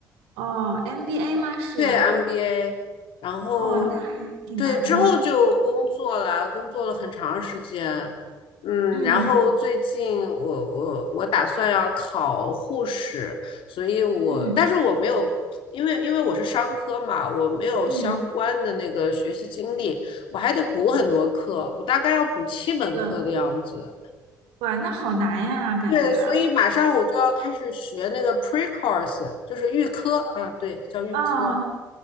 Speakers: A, on the right; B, on the left.
A: 哦，MBA 吗？是，
B: 对 MBA，然后
A: 哦，那还挺难的。
B: 对之后就工作了，工作了很长时间，嗯，
A: 嗯
B: 然后最近我我我打算要考护士，所以我但是我没有，
A: 嗯
B: 因为因为我是商科嘛，我没有相关的那个学习经历，
A: 嗯，
B: 我还得补很多课，我大概要补七门课的样子。
A: 是的，哇，那好难呀，感觉啊。
B: 对，所以马上我就要开始学那个 pre course，就是预科啊，对，叫预科。
A: 啊，